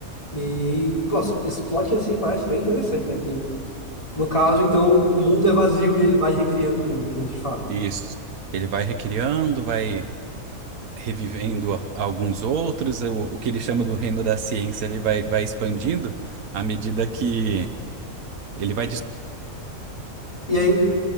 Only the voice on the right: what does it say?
E Isso. Ele vai recriando, vai revivendo alguns outros, o, o que ele chama do reino da ciência, ele vai, vai expandindo à medida que ele vai. des-